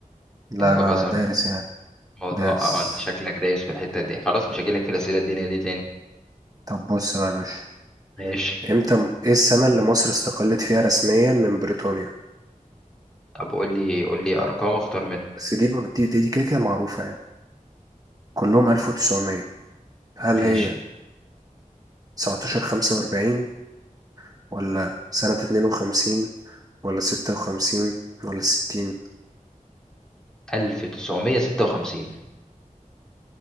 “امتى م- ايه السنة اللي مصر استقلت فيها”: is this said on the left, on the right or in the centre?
Right